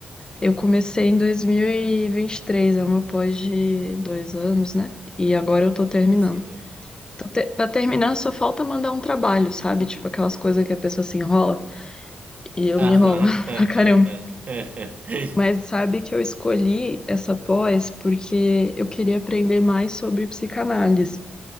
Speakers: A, on the left (about 25°); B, on the right (about 50°).
A: Eu comecei em 2023, é uma pós de dois anos, né? E agora eu tô terminando.
B: Sim.
A: Então, te- pra terminar, só falta mandar um trabalho, sabe? Tipo aquelas coisas que a pessoa se enrola. E eu
B: Aham.
A: me enrolo <laughs>
B: <laughs>
A: pra caramba. Mas sabe que eu escolhi essa pós porque eu queria aprender mais sobre psicanálise,